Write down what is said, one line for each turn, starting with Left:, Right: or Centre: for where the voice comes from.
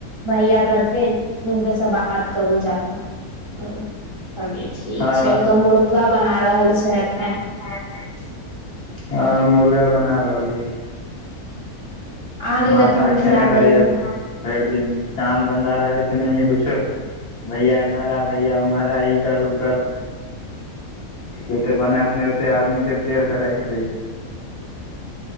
Right: भैया करथिन उनके स बात बात करू जा क कहलियै ठीक
Left: हँ
Right: छै ओ त हमरो बना रहल छै एखन?
Left: हँ
Right: <inaudible>
Left: ह, मुर्गा बना रहल अछि
Right: अहाँके
Left: माथा
Right: कथी नीक
Left: खेने
Right: लागैया
Left: रहैय भरि दिन काम धन्धा रहै छै नहिेये कुछो, भैया एम्हर आ भैया उम्हर आ, ई कर उ कर। जते बनात ने ओते आदमी के पेड़ के राखि देै छै।